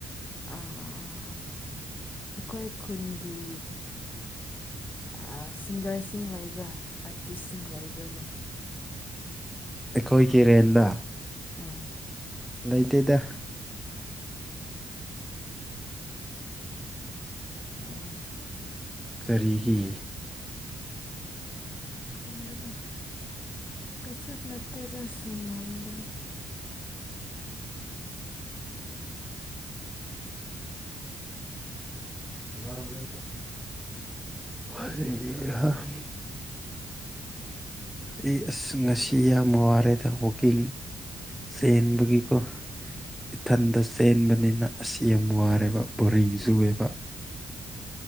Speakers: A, on the left (about 30°); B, in the centre.
A: ꯑꯥ ꯑꯩꯈꯣꯏ ꯈꯨꯟꯒꯤ ꯑ ꯁꯤꯡꯒꯔꯁꯤꯡ ꯂꯩꯕ꯭ꯔꯥ ꯑꯥꯔꯇꯤꯁꯁꯤꯡ ꯂꯩꯕ꯭ꯔꯥꯅꯦ
B: ꯑꯩꯈꯣꯏꯒꯤ ꯔꯦꯟꯗ
A: ꯎꯝ
B: ꯂꯩꯇꯦꯗ
A: ꯎꯝ
B: ꯀꯔꯤꯒꯤ
A: ꯈꯪꯗꯦꯗ ꯀꯩꯁꯨ ꯅꯠꯇꯦꯗ ꯁꯨꯝ ꯍꯪꯕꯅꯤ
B: <inaudible> ꯍꯩꯍꯥ <unintelligible> ꯑꯩ ꯑꯁ ꯉꯁꯤ ꯌꯥꯝ ꯋꯥꯔꯦꯗ ꯋꯥꯛꯀꯤꯡ ꯆꯦꯟꯕꯒꯤꯀꯣ ꯏꯊꯟꯇ ꯆꯦꯟꯕꯅꯤꯅ ꯑꯁ ꯌꯥꯝ ꯋꯥꯔꯦꯕ ꯕꯣꯔꯔꯤꯡ ꯆꯨꯑꯦꯕ